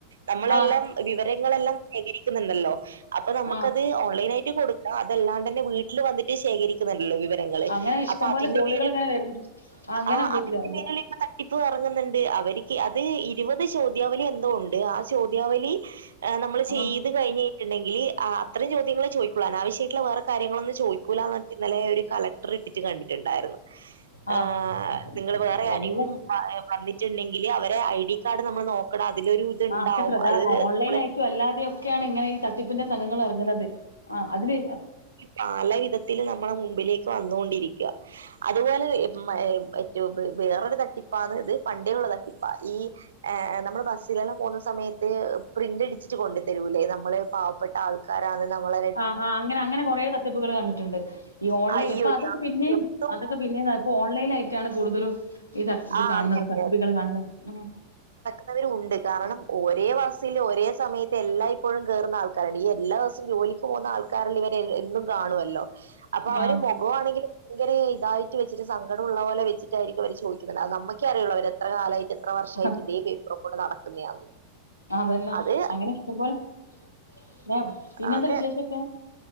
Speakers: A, on the right; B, on the left.
A: നമ്മളെല്ലാം
B: ആ
A: വിവരങ്ങളെല്ലാം ശേഖരിക്കുന്നുണ്ടല്ലോ അപ്പൊ നമുക്കത്
B: ആ
A: ഓൺലൈനായി ട്ടി കൊടുക്ക അതെല്ലാണ്ടെന്നെ വീട്ട്ല് വന്നിട്ട് ശേഖരിക്കുന്നല്ലോ വിവരങ്ങള്
B: അങ്ങനെ ഇഷ്ടം
A: അപ്പൊ
B: പോലെ
A: അതിന്റെ പേരിൽ
B: <unintelligible> ആ അങ്ങനെ
A: ആഹ്
B: ബ-
A: അതിന്റെ
B: ഗ- ഗ-
A: പേരില് <unintelligible> തട്ടിപ്പ് ഇറങ്ങുന്നുണ്ട് അവര്ക്ക് അത് ഇരുപത് ചോദ്യാവലി എന്തോ ഉണ്ട് ആ ചോദ്യാവലി ഏഹ് നമ്മൾ
B: ആ
A: ചെയ്ത് കഴിഞ്ഞയ്ട്ടുണ്ടെങ്കില് അത്രേം ചോദ്യങ്ങൾ ചോദിക്കോളു ആവശ്യയിട്ടുള്ള വേറെ കാര്യങ്ങളൊന്നും ചോയ്ക്കൂലാന്ന് ഇന്നലെ ഒരു കളക്ടർ ഇട്ടിട്ട് കണ്ടിട്ടുണ്ടായിരുന്നു
B: ആ
A: ആഹ്
B: അപ്പൊ ഇപ്പൊ
A: നിങ്ങള് വേറെ ആരിം
B: എല്ലാ
A: മാ വന്നിട്ടുണ്ടെങ്കില് അവരെ ഐ ഡി കാർഡ് നമ്മൾ നോക്കണം അതിലൊരു ഇത്ണ്ടാവും
B: ആക്കെത്ര
A: അത്
B: ഓൺലൈൻ
A: നമ്മള്
B: ആയിട്ടും അല്ലാതെ ഒക്കെയാണ് ഇങ്ങനെ ഈ തട്ടിപ്പിന്റെ സംഘങ്ങൾ ഇറങ്ങുന്നത് ആഹ് അതില്
A: പാല വിധത്തില് നമ്മളെ മുമ്പിലേക്ക് വന്നൊണ്ടിരിക്ക അതുപോലെ <unintelligible> വേറൊരു തട്ടിപ്പാന്നത് പണ്ടേള്ള തട്ടിപ്പാ ഈ ഏഹ് നമ്മൾ ബസ്സിലല്ലാം പോഉന്ന സമയത്ത് പ്രിന്റ്ടിച്ചിട്ട് കൊണ്ടു തരൂല്ലേ നമ്മള് പാവപ്പെട്ട ആൾ കാരാണ് നമ്മള
B: ആഹ് ആഅ അങ്ങനെ അങ്ങനെ കുറെ തട്ടിപ്പുകൾ കണ്ടിട്ടുണ്ട് ഈ ഓൺലൈൻ
A: അയ്യോ
B: ഇപ്പൊ അതൊക്കെ പിന്നെയും
A: ഇതും
B: അതൊക്കെ പിന്നെ ഇപ്പോ ഓൺലൈനായിട്ടാണ് കൂടുതലും ഈത് ഇത്
A: ആ
B: കാണുന്നത്
A: അതെ
B: തട്ടിപ്പ്കൾ കാണുന്നത് ഉം
A: എന്നതിലുണ്ട് കാരണം ഒരേ വസൽ ഒരേ സമയത്ത് എല്ലാം ഇപ്പോഴും കേറുന്ന ആൾക്കാരുണ്ട് ഈ എല്ലാ ദിവസവും ജോലി പോന്നെ ആൾക്കാരിൽ എന്നും ഇവരെ എന്നും കാണുമല്ലോ അപ്പൊ അവര്
B: ആ
A: മുഖമാണെങ്കിൽ ഭയങ്കര ഇതായിട്ട് വെച്ചിട്ട് സങ്കടമള്ളത് പോലെ വെച്ചിട്ടായിരിക്കും അവര് ചോദിക്ക അത് നമ്മക്കെ അറിയുള്ളൂ അവര് എത്ര കാലമായിട്ട് എത്ര വർഷമായിട്ട്
B: അത്
A: ഇതേ പേപ്പറും കൊണ്ട് നടക്കുന്നതന്ന്
B: അതന്നെ
A: അത്
B: <unintelligible> പിന്നെന്താ
A: അത്
B: വിശേഷൊക്കെ